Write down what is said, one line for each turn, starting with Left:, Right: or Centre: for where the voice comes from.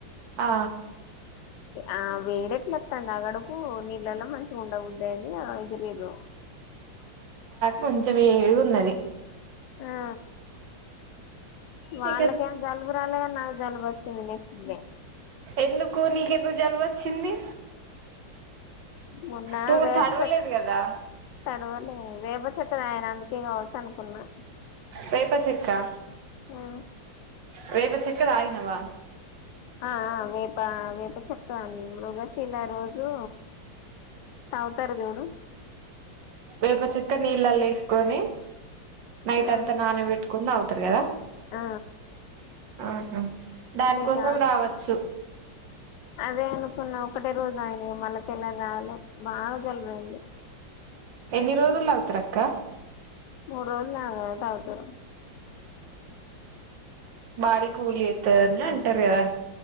Right: ఆ
Left: ఆ వేడి ఎట్లెత్తాంది అగడకు నీళ్ళలో మంచిగ ఉండబుద్దైంది ఇగ ఎగిరిరు
Right: కొంచెమేడి గున్నది
Left: ఆ వాళ్ళకేం
Right: నీక
Left: జల్ లుగురాల్లే గాని నాక్ జలుబొచ్చింది నెక్స్ట్ డే
Right: ఎందుకు నీకెందు జలుబొచ్చింది
Left: మొన్నా
Right: నువ్వు
Left: వేప
Right: తడవలేదు
Left: చె
Right: కదా
Left: తడవలే వేప చెక్క దాగిన అందుకే గావచ్చు అనుకున్నా
Right: వేప చెక్కా
Left: ఆ
Right: వేప చెక్క దాగినవా
Left: ఆ ఆ వేప వేప చక్క మృగశిల రోజూ తావుతారు జూడు
Right: వేపచెక్క నీళ్ళల్లో ఏసుకొని నైట్
Left: ఆ
Right: అంత నాన వెట్టుకొని దాగుతరు గదా
Left: ఆ
Right: ఆహ దానికోసం
Left: మీరు తాగు
Right: రావచ్చు
Left: అదే అనుకున్న ఒకటే రోజు ఆయన మళ్ళ పల్ల రాాల బాగా గలువైంది
Right: ఎన్ని రోజుల్లో అవుతారక్క
Left: మూడు రోజులు తాగుతారు
Right: బాడి కూలి అవుతుందిని అంటారు కదా